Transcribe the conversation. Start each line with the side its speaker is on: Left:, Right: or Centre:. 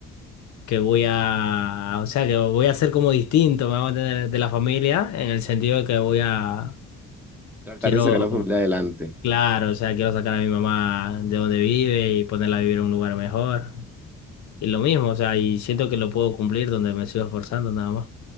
Left: que voy a, o sea, que voy a ser como distinto, me voy a mantener de la familia, en el sentido de que voy a,
Centre: Tratar
Left: quiero,
Centre: de sacar a la familia adelante.
Left: claro, o sea, quiero sacar a mi mamá de donde vive y ponerla a vivir en un lugar mejor, y lo mismo, o sea, y siento que lo puedo cumplir donde me sigo esforzando nada más.